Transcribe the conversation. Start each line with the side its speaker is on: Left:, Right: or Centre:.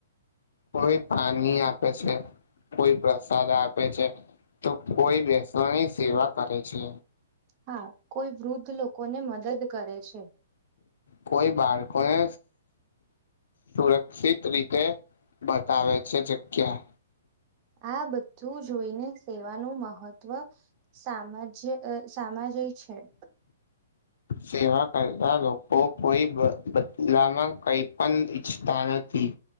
Left: કોઈ પાણી આપે છે. કોઈ પ્રસાદ આપે છે તો કોઈ બેસવાની સેવા કરે છે.
Right: હા કોઈ વૃદ્ધ લોકો ને મદદ કરે છે
Left: કોઈ બાળકોને સુરક્ષિત રીતે બતાવે છે જગ્યા.
Right: આ બધું જોઈને સેવાનું મહત્વ સામાજ સામાજિક છે. <inaudible>
Left: સેવા કરતા લોકો કોઈ બદલામાં કઈ પણ ઈચ્છતા નથી.